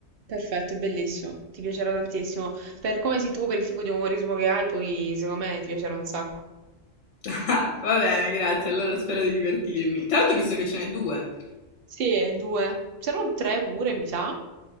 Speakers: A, on the right (about 60°); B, on the left (about 70°).
A: Perfetto, è bellissimo. Ti piacerà tantissimo. Per come sei tu, per il tipo di umorismo che hai, poi secondo me ti piacerà un sacco.
B: <laughs> Va bene, grazie, allora spero di divertirmi. Tra l'altro ho visto che ce n'è due.
A: Sì, due. C'erano tre pure, mi sa.